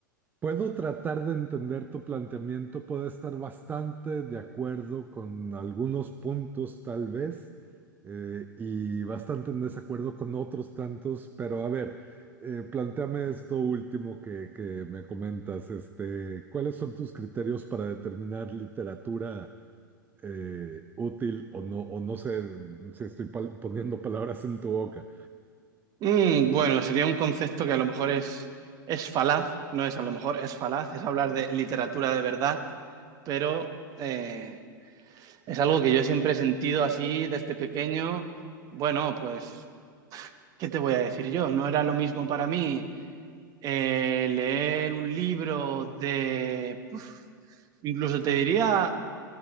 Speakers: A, on the right (about 15°); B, on the right (about 35°).
A: Puedo tratar de entender tu planteamiento, puedo estar bastante de acuerdo con algunos puntos tal vez eh, y bastante en desacuerdo con otros tantos, pero a ver, eh, plantéame esto último que, que me comentas, este, ¿cuáles son tus criterios para determinar literatura eh, útil o no? O no sé si estoy pal- poniendo palabras en tu boca.
B: Mm, bueno, sería un concepto que a lo mejor es, es falaz, no es a lo mejor, es falaz, es hablar de literatura de verdad, pero eh, es algo que yo siempre he sentido así desde pequeño. Bueno, pues, ¿qué te voy a decir yo? No era lo mismo para mí eh, leer un libro de, incluso te diría,